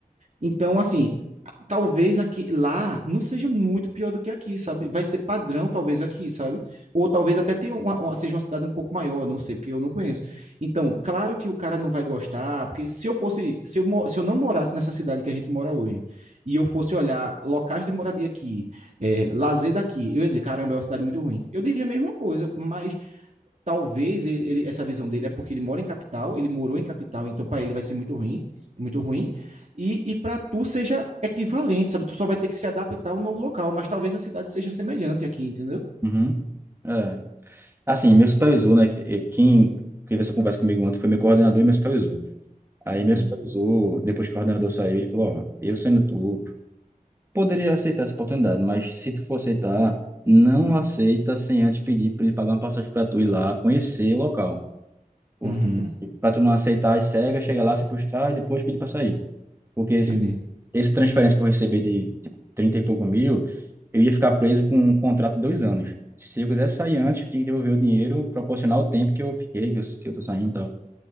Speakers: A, on the right; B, on the right.
A: Então, assim, talvez aqui lá não seja muito pior do que aqui, sabe? Vai ser padrão, talvez aqui, sabe? Ou talvez até tenha uma- uma- seja uma cidade um pouco maior, não sei, porque eu não conheço. Então, claro que o cara não vai gostar, porque se eu fosse, se eu, mo- se eu não morasse nessa cidade que a gente mora hoje, e eu fosse olhar locais de moradia aqui, eh, lazer daqui, eu ia dizer, caramba, é uma cidade muito ruim. Eu diria a mesma coisa, mas talvez ele, essa visão dele é porque ele mora em capital, ele morou em capital, então para ele vai ser muito ruim, muito ruim. E, e para tu seja equivalente, sabe? Tu só vai ter que se adaptar a um novo local, mas talvez a cidade seja semelhante aqui, entendeu?
B: Uhum. É. Assim, meu supervisor, né? que- eh, Quem teve essa conversa comigo ontem foi meu coordenador e meu supervisor. Aí meu
A: Hum,
B: supervisor, depois que o coordenador saiu, ele falou, ó, eu sendo tu, poderia aceitar essa oportunidade, mas se tu for aceitar, não aceita sem antes pedir para ele pagar uma passagem para tu ir lá conhecer o local. Porque
A: uhum,
B: para tu não aceitar as cegas, chega lá, se frustrar e depois pedir para sair. Porque esse-
A: entendi.
B: essa transferência que eu vou receber de tipo, 30 e pouco mil, eu ia ficar preso com um contrato de dois anos. Se eu quisesse sair antes, eu tinha que devolver o dinheiro proporcional ao tempo que eu fiquei, que eu, que eu tô saindo e tal.